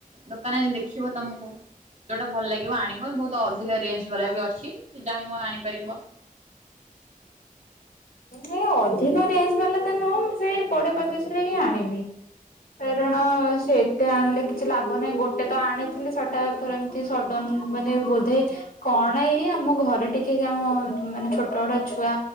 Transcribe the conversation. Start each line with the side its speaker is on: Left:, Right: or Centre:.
Right: ଦୋକାନରେ ଦେଖିବ ତମକୁ। ଯୋଉଟା ଭଲ ଲାଗିବ ଆଣିବ ବହୁତ ଅଧିକା ରେଞ୍ଜ ବାଲା ବି ଅଛି। ଯାଏ ଚାହିଁବ ଆଣିପାରିବ।
Left: ମୁଁ ଅଧିକ ରେଞ୍ଜ ବାଲା ତ ନୁହଁ। ମୁଁ ସେଇ କୋଡ଼ିଏ ପଚିଶିରେ ହିଁ ଆଣିବି। କାରଣ ସେ ଏତେ ଆଣିଲେ କିଛି ଲାଭ ନାହିଁ। ଗୋଟେ ତ ଆଣିଥିଲି ସେଟା ଥରେ ଏମିତି ସଡନ୍ ମାନେ ବୋଧେ କଣ ଏଇ ଆମ ଘରେ ଟିକେକି ଆମ ମାନେ ଛୋଟ ବଡ଼ ଛୁଆ